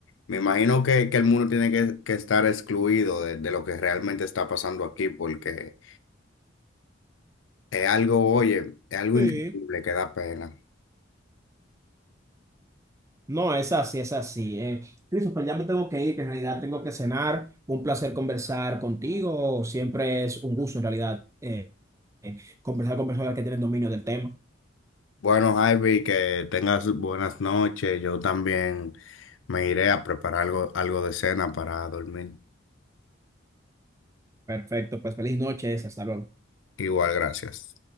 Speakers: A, on the left (about 85°); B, on the right (about 15°).
A: me imagino que, que el mundo tiene que, que estar excluido de, de lo que realmente está pasando aquí, porque es algo, oye, es algo
B: Sí,
A: increíble que da pena.
B: No, es así, es así. Eh, Christopher, ya me tengo que ir, que en realidad tengo que cenar. Un placer conversar contigo. Siempre es un gusto, en realidad, eh, eh, conversar con personas que tienen dominio del tema.
A: Bueno, Javi, que tengas buenas noches. Yo también me iré a preparar algo, algo de cena para dormir.
B: Perfecto, pues feliz noches, hasta luego.
A: Igual, gracias.